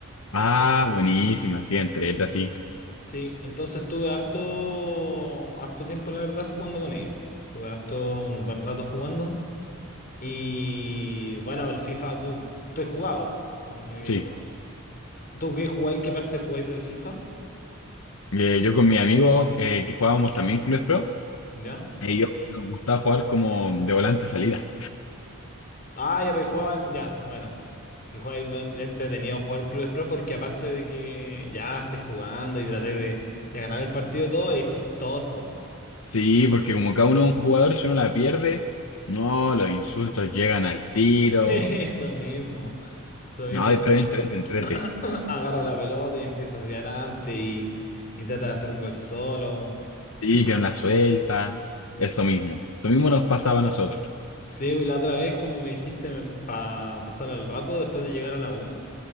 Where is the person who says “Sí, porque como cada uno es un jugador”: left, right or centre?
Left